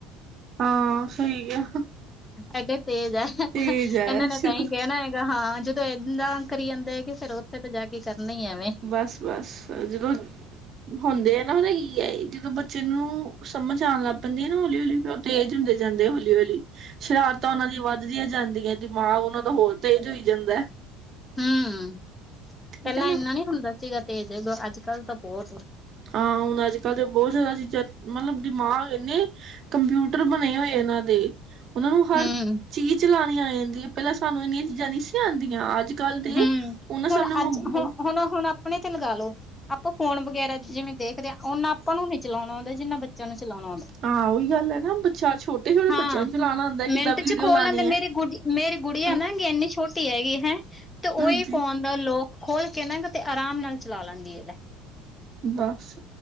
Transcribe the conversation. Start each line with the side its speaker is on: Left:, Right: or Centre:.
Right: ਹਾਂ ਸਹੀ ਆ
Left: ਐਡੇ ਤੇਜ ਐ,
Right: ਤੇਜ ਹੈ
Left: ਇਹਨਾਂ ਨੇ
Right: ਸ਼ੁਰੂ
Left: ਤਾਂਹੀ ਕਹਿਣਾ ਹੈਗਾ ਹਾਂ, ਜਦੋਂ ਏਦਾਂ ਕਰੀ ਜਾਂਦਾ ਹੈਗੇ, ਫਿਰ ਉੱਥੇ ਤਾਂ ਜਾ ਕੇ ਕਰਨਾ ਹੀ ਐਵੇਂ।
Right: ਬਸ-ਬਸ ਜਦੋਂ ਹੁੰਦੇ ਆ, ਈ ਆਈ ਜਦੋਂ ਬੱਚੇ ਨੂੰ ਸਮਝ ਆਣ ਲੱਗ ਪੈਂਦੀ ਐ ਨਾ, ਹੌਲੀ-ਹੌਲੀ ਤੇਜ਼ ਹੁੰਦੇ ਜਾਂਦੇ ਹੌਲੀ-ਹੌਲੀ, ਸ਼ਰਾਰਤਾਂ ਉਹਨਾਂ ਦੀਆਂ ਵੱਧਦੀਆਂ ਜਾਂਦੀਆਂ, ਦਿਮਾਗ ਉਹਨਾਂ ਦਾ ਹੋਰ ਤੇਜ਼ ਹੋਈ ਜਾਂਦਾ।
Left: ਹੂੰ-ਹੂੰ
Right: ਠੀਕ
Left: ਪਹਿਲਾਂ
Right: ਹੈ ਨਾ
Left: ਏਨਾ ਨੀ ਹੁੰਦਾ ਸੀਗਾ ਤੇਜ, ਅੱਜ-ਕੱਲ ਤਾਂ ਬਹੁਤ
Right: ਹਾਂ ਹੁਣ ਅੱਜ-ਕੱਲ੍ਹ ਤਾਂ ਬਹੁਤ ਜ਼ਿਆਦਾ ਚੀਜ਼ਾਂ, ਮਤਲਬ ਦਿਮਾਗ ਏਨੇ ਕੰਪਿਊਟਰ ਬਣੇ ਹੋਏ ਇਹਨਾਂ ਦੇ। ਉਹਨਾਂ ਨੂੰ
Left: ਹੂੰ
Right: ਹਰ ਚੀਜ਼ ਚਲਾਣੀ ਆ ਜਾਂਦੀ ਐ, ਪਹਿਲਾਂ ਸਾਨੂੰ ਇੰਨੀਆਂ ਚੀਜ਼ਾਂ ਨਹੀਂ ਸੀ ਆਂਦੀਆਂ, ਅੱਜ ਕੱਲ੍ਹ ਦੇ
Left: ਹੂੰ,
Right: ਉਹਨਾਂ ਸਾਹਮਣੇ
Left: ਹੁਣ ਅੱਜ ਹੁਣ-ਹੁਣ-ਹੁਣ ਆਪਣੇ ਤੇ ਲਗਾ ਲੋ, ਆਪਾਂ ਫੋਨ ਵਗੈਰਾ ਜਿਵੇਂ ਦੇਖਦੇ ਆਂ, ਓਨਾ ਆਪਾਂ ਨੂੰ ਨੀ ਚਲਾਉਣਾ ਔਂਦਾ, ਜਿੰਨਾ ਬੱ ਬੱਚਿਆਂ ਨੂੰ ਚਲਾਉਣਾ ਆਉਂਦਾ,
Right: ਹਾਂ ਉਹੀ ਗੱਲ ਹੈ ਨਾ ਬੱਚਾ ਛੋਟੇ ਛੋਟੇ
Left: ਹਾਂ
Right: ਬੱਚਿਆਂ ਨੂੰ ਚਲਾਉਣਾ ਆਉਂਦਾ ਕਿੱਦਾਂ
Left: ਮਿੰਟ
Right: ਵੀਡੀਓ
Left: ਚ ਖੋਲ
Right: ਲਾਉਣੀ
Left: ਲੈਂਦੇ
Right: ਹੈ
Left: ਮੇਰੀ ਗੁਡੀ ਮੇਰੀ ਗੁੜੀਆਂ
Right: ਹਾਂ
Left: ਐ ਨਾ ਐਨੀ ਛੋਟੀ ਹੈਗੀ ਹੈਂ ਉਹੀ
Right: ਹਾਂਜੀ
Left: ਫੋਨ ਦਾ ਲੋਕ ਖੋਲ ਕੇ ਨਾ, ਤੇ ਆਰਾਮ ਨਾਲ ਚਲਾ ਲੈਂਦੀ ਐ ਲੈ।
Right: ਬਸ